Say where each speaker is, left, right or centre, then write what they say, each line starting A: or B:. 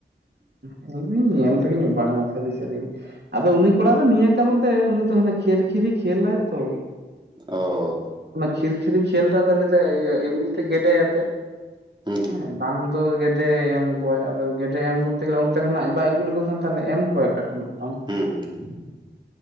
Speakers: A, on the right (about 65°); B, on the right (about 25°).
A: ᱟᱞᱤᱧ ᱧᱮᱞ ᱨᱮᱜᱮ ᱞᱤᱧ ᱚᱵᱟᱠᱱᱟ ᱥᱟᱹᱨᱤ ᱥᱟᱹᱨᱤᱜᱮ ᱟᱫᱚ ᱩᱱᱤᱼᱼ ᱱᱤᱭᱟᱹ ᱠᱟᱨᱚᱱ ᱛᱮ ᱩᱱᱤ ᱫᱚ ᱦᱟᱱᱮ ᱠᱷᱮᱨ ᱠᱷᱤᱨᱤ ᱠᱷᱮᱞᱟᱭ ᱛᱚ
B: ᱚ
A: ᱠᱷᱤᱨ ᱠᱷᱤᱨᱤ ᱠᱷᱮᱞ ᱫᱚ ᱟᱫᱚ ᱞᱟᱹᱭᱫᱟᱭ ᱤᱭᱟᱹ ᱮᱢᱱᱤ ᱛᱮ ᱜᱮᱰᱮ ᱟᱛᱮᱫ
B: ᱦᱩᱸ
A: ᱦᱮᱸ ᱵᱟᱝᱼᱼ ᱟᱫᱚ ᱜᱮᱰᱮ ᱮᱢ ᱠᱚᱣᱟᱭ ᱟᱫᱚ ᱜᱮᱰᱮ ᱮᱢ ᱠᱚᱛ ᱛᱮ ᱜᱮᱞᱮ ᱚᱱᱛᱮ ᱠᱷᱚᱱᱟᱜ ᱟᱡ ᱵᱟᱭ ᱟᱹᱜᱩ ᱞᱮᱠᱚ ᱠᱷᱟᱱ ᱛᱟᱦᱚᱞᱮ ᱮᱢ ᱠᱚᱣᱟᱭ ᱚᱠᱟ ᱠᱷᱚᱱᱟᱜ ᱛᱟᱢᱼᱼ
B: ᱦᱩᱸ ᱦᱩ ᱦᱩᱸ᱾